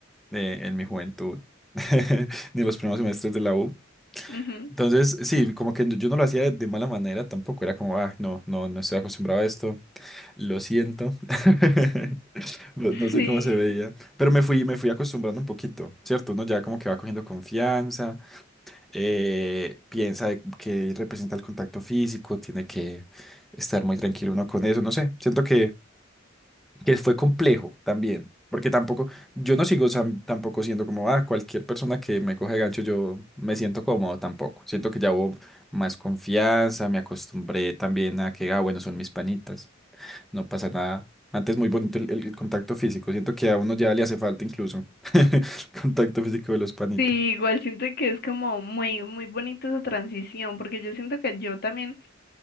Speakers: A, in the centre; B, on the left.
A: eh, en mi juventud, <laughs> ni en los primeros semestres de la U.
B: Ujú.
A: Entonces, sí, como que yo no lo hacía de, de mala manera, tampoco era como, ah, no, no, no estoy acostumbrado a esto, lo siento. <laughs> No, no sé
B: Sí.
A: cómo se veía, pero me fui, me fui acostumbrando un poquito, ¿cierto? Uno ya como que va cogiendo confianza, eh, piensa de que representa el contacto físico, tiene que estar muy tranquilo uno con eso, no sé, siento que que fue complejo también, porque tampoco, yo no sigo sam- tampoco siendo como, ah, cualquier persona que me coge de gancho, yo me siento cómodo tampoco. Siento que ya hubo más confianza, me acostumbré también a que, ah, bueno, son mis panitas, no pasa nada. Antes muy bonito el, el- el contacto físico, siento que a uno ya le hace falta incluso <laughs> el contacto físico de los panitas.
B: Sí, igual siento que es como muy, muy bonita esa transición, porque yo siento que yo también,